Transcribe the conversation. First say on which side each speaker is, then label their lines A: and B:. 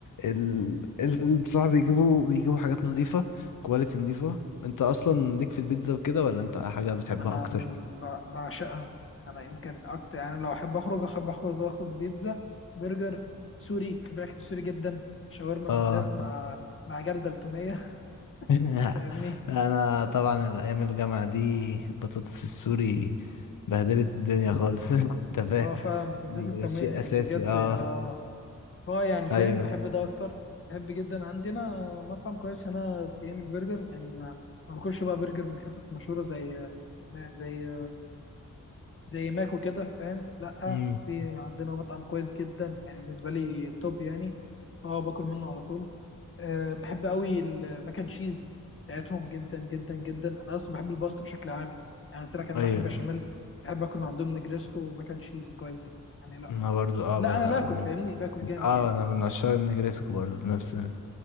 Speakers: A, on the left; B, on the left.
A: ال... ال... بصراحة بيجيبوا بيجيبوا حاجات نظيفة كواليتي نظيفة انت اصلا ليك في البيتزا وكده ولا انت حاجة بتحبها
B: انا
A: اكتر
B: من ب- بعشقها انا يمكن اكتر يعني لو احب اخرج احب اخرج اخرج بيتزا برجر سوري بحب الاكل السوري جدا شاورما
A: اه
B: بالذات مع مع جردل التوميه <laughs>
A: <laughs>
B: فاهمني
A: انا طبعا الايام الجامعة دي البطاطس السوري بهدلت الدنيا خالص <laughs> انت فاهم
B: هو فعلا بالذات
A: دي
B: التوميه
A: شيء
B: يعني
A: اساسي
B: بجد
A: اه
B: اه اه يعني فاهم
A: ايوه
B: بحب ده اكتر بحب جدا عندنا مطعم كويس هنا بيعمل برجر يعني ما ما باكلش بقى برجر من حتت مشهوره زي زي زي ماكو كده فاهم لا
A: امم
B: في عندنا مطعم كويس جدا يعني بالنسبه لي توب يعني اه باكل منه على طول أه بحب قوي المكن تشيز بتاعتهم جدا جدا جدا انا اصلا بحب الباستا بشكل عام يعني قلت لك انا
A: ايوه
B: بحب بشاميل بحب اكل من عندهم نجريسكو ومكن تشيز كويس جدا يعني لا
A: انا برضو اه
B: لا
A: بقى
B: انا
A: لا
B: باكل
A: انا
B: فاهمني
A: من
B: باكل جامد
A: اه
B: يعني
A: انا من عشاق النجريسكو برضو بنفس ال-